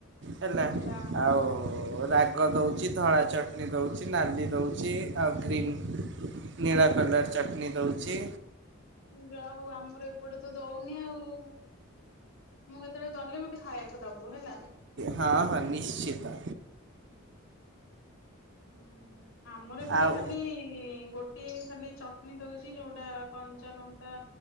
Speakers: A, on the right (about 55°); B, on the left (about 75°).
A: ହେଲା
B: ଯା ହଉ।
A: ଆଉ। ରାଗ ଦଉଛି ଧଳା ଚଟଣି ଦଉଛି ନାଲି ଦଉଛି ଆଉ ଗ୍ରୀନ୍। ନୀଳ କଲର୍ ଚଟଣି ଦେଉଛି।
B: ଯା ହଉ ଆମର ଏପଟେ ତ ଦଉନି ଆଉ। ମୁଁ କେତେବେଳେ ଗଲେ ମତେ ଖାଇବାକୁ ଦବୁ ହେଲା।
A: ହଁ ହଁ ନିଶ୍ଚିତ।
B: ହୁଁ ଆମର ଏପଟେ
A: ଆଉ
B: ଖାଲି ଗୋଟେ। ଗୋଟିଏ ଖାଲି ଚଟଣି ଦଉଛି ଯୋଉଟା କଞ୍ଚା ଲଙ୍କା।